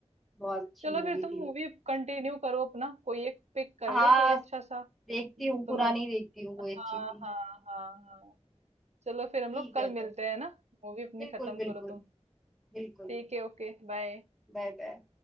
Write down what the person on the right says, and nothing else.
चलो
फिर तुम
मूवी कंटिन्यू करो अपना कोई एक पिक कर
लो कोई अच्छा सा
तुम
अब
हाँ
हाँ हाँ हाँ चलो फिर हम
लोग कल
मिलते हैं ना मूवी अपनी
खत्म
करो तुम
ठीक है ओके बाय